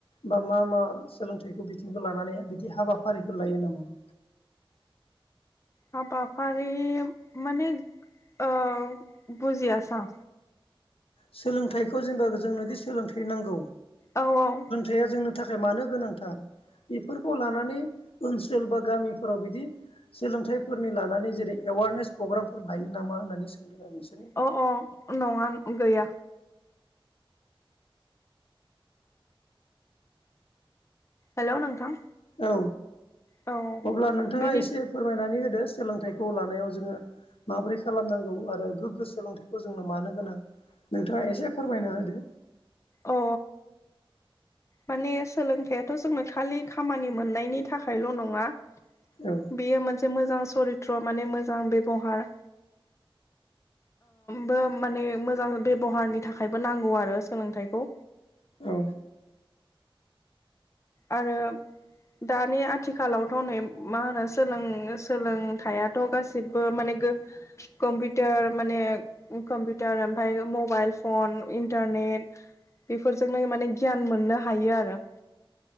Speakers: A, on the left; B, on the left.
A: बा मा मा सोलोंथाइखौ बिथिंखौ लानानै बिदि हाबाफारिफोर लायो नामा?
B: हाबफारि माने आ बुजियासां
A: सोलोंथाइखौ जेनेबा जोंनो दि सोलोंथाइ नांगौ
B: औ औ
A: थाया जोंनि थाखाय मानो गोनांथार बेफोरखौ लानानै ओनसोल बा गामिफोराव बिदि सोलोंथाइफोरनि लानानै जेरै एवारनेस प्रग्रामफोर लायो नामा होननानै सोंदों आं नोंसोर
B: अ अ नङा गैया हेलौ नोंथां
A: औ
B: औ
A: अब्ला नोंथाङा
B: बिदि
A: एसे फोरमायनानै होदो सोलोंथाइखौ लानायाव जोङो माबोरै खालामनांगौ आरो गोग्गो सोलोंथाइखौ जोंनो मानो गोनां नोंथाङा एसे फोरमायना होदो
B: अ माने सोलोंथाइाथ' जोंनो खालि खामानि मोननायनि थाखायल' नङा
A: औ
B: बेयो मोनसे मोजां सरित्र माने मोजां बेब'हार ब माने मोजां बेबहारनि थाखायबो नांगौ आरो सोलोंथाइखौ।
A: औ।
B: आरो दानि आथिखालावथ' नै मा होनो सोलों सोलोंथाइाथ' गासिबो माने कम्पिउटार माने कम्पिउटार ओमफफ्राय मबाइल फन इन्टारनेट बेफोरजोंनो माने गियान मोननो हायो आरो